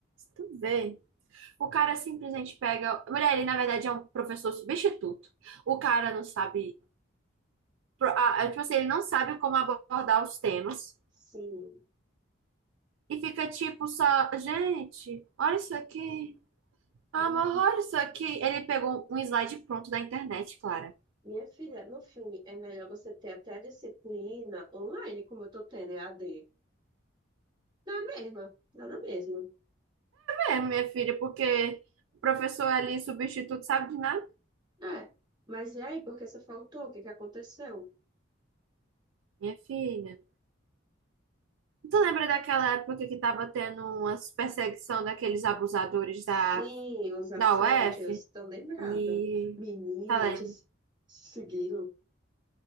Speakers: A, on the right (about 80°); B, on the right (about 20°).
A: tu vê. O cara simplesmente pega. Mulher, ele na verdade é um professor substituto. O cara não sabe. pro- ah, ah, Tipo assim, ele não sabe como abordar os temas.
B: Sim.
A: E fica tipo só. Gente, olha isso aqui. Amor,
B: Ah,
A: olha isso aqui. Ele pegou um slide pronto da internet, Clara.
B: minha filha, no filme é melhor você ter até a disciplina online, como eu tô tendo EAD. Dá na mesma, dá na mesma.
A: É, minha filha, porque o professor ali, substituto, sabe de nada?
B: É. Mas e aí, por que você faltou? O que que aconteceu?
A: Minha filha. Tu lembra daquela época que tava tendo umas perseguição daqueles abusadores
B: Sim,
A: da,
B: os assédios,
A: da UF?
B: estou lembrada.
A: E.
B: Menina,
A: Tá lendo?
B: de se seguiram,